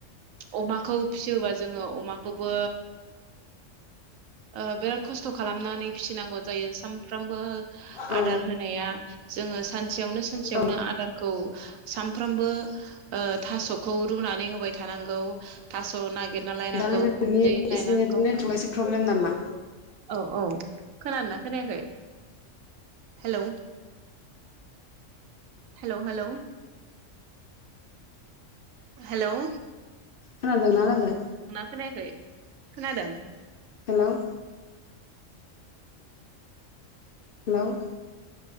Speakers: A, on the right (about 85°); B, on the left (about 55°).
A: अमाखौ फिसियोबा जोङो अमाखौबो ओ बिराद खस्थ' खालामनानै फिसिनांगौ जायो साम फ्रामबो
B: औ
A: आदार होनाया जोङो सानसेयावनो सानसेयावनो
B: औ
A: आदारखौ सानफ्रामबो ओ थास'खौ रुनानै होबाय थानांगौ। थास' नागिरना लायनांगौ,
B: दा लोगो नोंनि
A: गुन्दै लायनांगौ।
B: एसे नेट नेटवर्कआ एसे प्रब्लेम नामा
A: औ औ खोनादोंना खोनायाखै? हेल'। हेल' हेल' हेल'
B: खोनादोंना लोगो
A: खोनायाखै खोनादों
B: हेल' हेल'